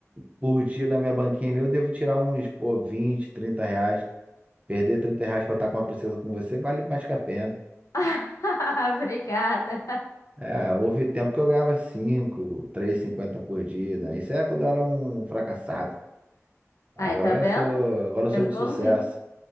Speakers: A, on the right; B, on the left.
A: por dia na minha banquinha ali, eu devo tirar uns, pô, 20, 30 reais. Perder 30 reais pra estar com uma princesa com você vale mais que a pena.
B: <laughs> Obrigada.
A: É, houve tempo que eu ganhava 5, cinquenta por dia, né? Isso é quando eu era um fracassado. Agora
B: Aí, tá vendo?
A: eu sou, agora eu sou
B: Evoluiu.
A: de sucesso.